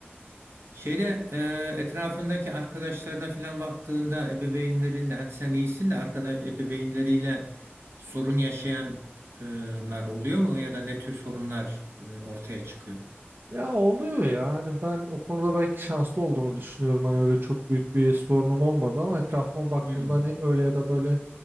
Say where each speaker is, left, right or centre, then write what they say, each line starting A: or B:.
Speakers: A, on the right; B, on the right.
A: Şeyde e, etrafındaki arkadaşlarına filan baktığında ebeveynlerinde hadi sen iyisin de arkadaş ebeveynleriyle sorun yaşayanlar oluyor mu ya da ne tür sorunlar e, ortaya çıkıyor?
B: Ya oluyor ya hani ben o konuda belki şanslı olduğumu düşünüyorum hani öyle çok büyük bir sorunum olmadı ama etrafıma baktığımda
A: Hmm.
B: hani öyle ya da böyle